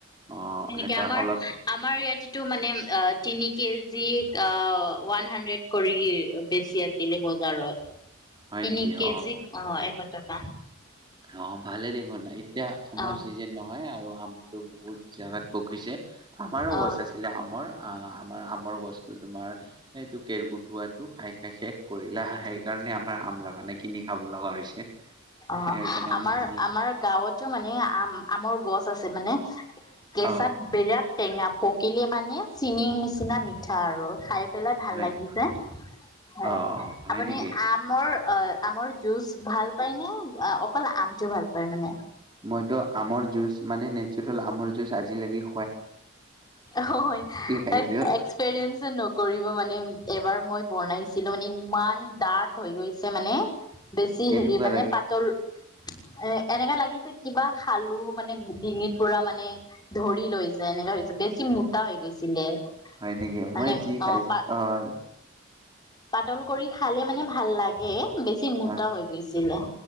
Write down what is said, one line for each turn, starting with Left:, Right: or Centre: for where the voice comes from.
Right: অ
Left: এনেকে
Right: এটা
Left: আমাৰ
Right: অলপ
Left: আমাৰ ইয়াত তো মানে তিনি কেজি ওৱান হাড্ৰেড কৰি বেছি আছিলে বজাৰত।
Right: হয়
Left: তিনি
Right: নেকি
Left: কেজি
Right: অ
Left: অ এশ টকা।
Right: অ ভালে দেখোন ন এতিয়া আমাৰ
Left: অ
Right: চিজেন নহ হয় আৰু আমটো বহুত জেগাত পকিছে আমাৰো
Left: অ
Right: গছ আছিলে আমৰ। আহ আমাৰ আমৰ গছটো তোমাৰ এইটো কেৰ্কেটুৱাটো খাই খাই শেষ কৰিলে সেই কাৰণে আমাৰ আম লাগা নাই কিনি খাব লগা হৈছে।
Left: অ
Right: সেইকাৰণে
Left: আমাৰ
Right: আমি কিনি খাওঁ
Left: আমাৰ গাঁৱতো মানে আম আমৰ গছ আছে মানে কেঁচাত
Right: অ
Left: বিৰাট টেঙা পোক কিলে মানে চিনিৰ নিচিনা মিঠা আৰু খাই পেলাই ভাল
Right: হয়
Left: লাগিছে,
Right: নে?
Left: হয়।
Right: অ অ হয়
Left: আপুনি
Right: নেকি?
Left: আমৰ অ। আমৰ জুচ ভাল অকল আমটো ভাল পায় মানে।
Right: মইটো আমৰ জুচ মানে নেচাৰেল আমৰ জুচ আজিলি
Left: হয়
Right: খাইছো
Left: এক্সপেৰিয়েঞ্চো নকৰিব মানে এবাৰ মই বনাইছিলো মানে ইমান ডাৰ্ট হৈ গৈছে মানে। বেছি
Right: কেনেকুৱা
Left: হেৰি মানে
Right: লাগে
Left: পাতল এ এনেকা লাগিছে কিবা খালো মানে ডিঙিত পুৰা মানে ধৰি লৈ ছে এনেকা হৈছে বেছি মোটা হৈ গৈছিলে।
Right: হয় নেকি?
Left: মানে
Right: মই যি খাইছো
Left: অ পা
Right: হয়
Left: পাতল কৰি খালে মানে ভাল লাগে বেছি মোটা
Right: আহ
Left: হৈ গৈছি ছিলে।